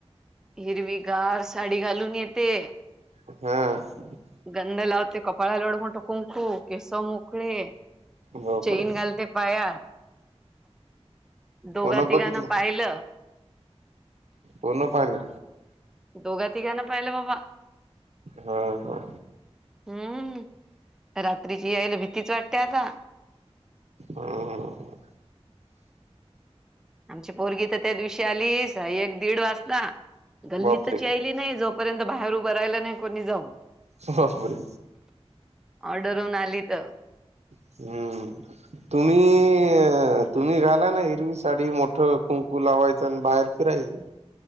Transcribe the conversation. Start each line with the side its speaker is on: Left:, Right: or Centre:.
Centre: हिरवी गार साडी घालून येते.
Right: ह.
Centre: गंध लावते कपाळा लोड म्हठ कुंकू केस मोकळे.
Right: बापरे
Centre: चैन गाल ते पाया. दोघा
Right: फोन
Centre: तिघांना
Right: बघितलं
Centre: पाहिलं.
Right: कोण पहिल.
Centre: दोघा तिघांना पाहिलं बाबा.
Right: हा हा.
Centre: हम्म रात्रीची यायला भीतीच वाटते आता.
Right: ह
Centre: आमची पोरगी तर त्या दिवशी आलीस एक दीड वाजता गल्ली
Right: बापरे
Centre: तच याय नाही जोपर्यंत बाहेर उभं राहिला नाही कोणी जाऊन.
Right: बापरे.
Centre: ऑर्डर होऊन आली त
Right: हम्म तुम्ही तुत तुम्ही घाला ना हिरवी साडी मोठं कुंकू लावायचं आणि बाहेर फिरायचं.